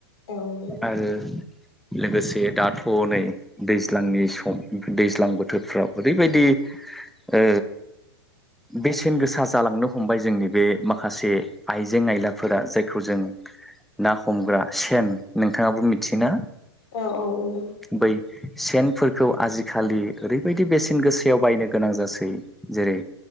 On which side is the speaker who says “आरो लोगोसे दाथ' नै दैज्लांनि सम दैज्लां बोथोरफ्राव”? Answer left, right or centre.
Centre